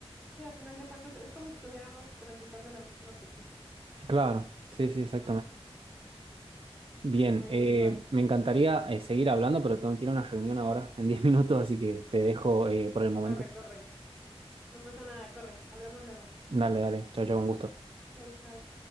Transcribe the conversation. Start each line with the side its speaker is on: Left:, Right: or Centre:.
Centre: Sí, a final de cuentas es como si estuviéramos transitando la misma autopista,
Right: Claro, sí, sí, exactamente.
Centre: ¿no? Ujú.
Right: Bien,
Centre: Me
Right: eh,
Centre: gustó.
Right: me encantaría eh, seguir hablando, pero tengo que ir a una reunión ahora en 10 <laughs> minutos, así que te dejo eh, por el momento.
Centre: Corre, corre. No pasa nada, corre. Hablamos luego.
Right: Dale, dale, chao, chao, un gusto.
Centre: Chao, chao.